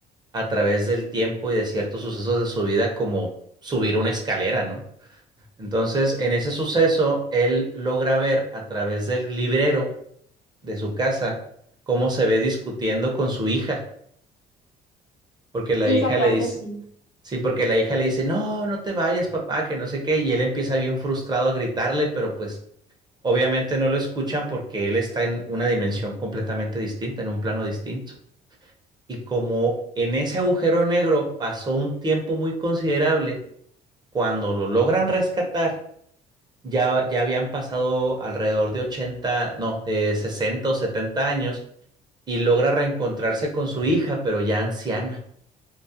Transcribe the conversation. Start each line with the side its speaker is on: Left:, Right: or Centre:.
Right: a través del tiempo y de ciertos sucesos de su vida, como subir una escalera, ¿no? Entonces, en ese suceso, él logra ver a través del librero de su casa cómo se ve discutiendo con su hija, porque la
Left: sí,
Right: hija
Left: esa
Right: le
Left: parte
Right: dice,
Left: sí,
Right: sí, porque la hija le dice, no, no te vayas, papá, que no sé qué, y él empieza bien frustrado a gritarle, pero pues obviamente no lo escuchan porque él está en una dimensión completamente distinta, en un plano distinto. Y como en ese agujero negro pasó un tiempo muy considerable, cuando lo logran rescatar, ya, ya habían pasado alrededor de 80 no, de 60 o 70 años y logra reencontrarse con su hija, pero ya anciana,